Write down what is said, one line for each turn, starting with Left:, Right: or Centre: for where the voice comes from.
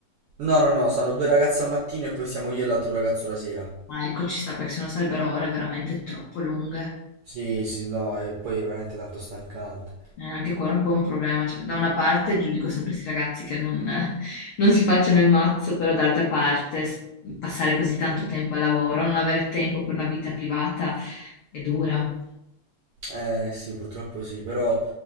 Right: No, no, no, sono due ragazze al mattino e poi siamo io e l'altro ragazzo la sera.
Left: Ah, ecco, ci sta perché sennò sarebbero ore veramente troppo lunghe.
Right: Sì, sì, no, e poi è veramente tanto stancante.
Left: Eh, anche quello è un po' un problema. Cioè, da una parte giudico sempre questi ragazzi che non, <laughs> eh, non si facciano il mazzo, però d'altra parte s- passare così tanto tempo al lavoro, non avere tempo per una vita privata è dura.
Right: Eh sì, purtroppo sì, però